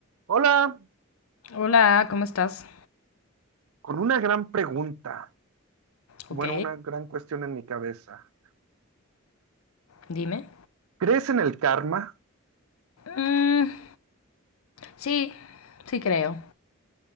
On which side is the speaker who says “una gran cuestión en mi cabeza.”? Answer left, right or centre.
Right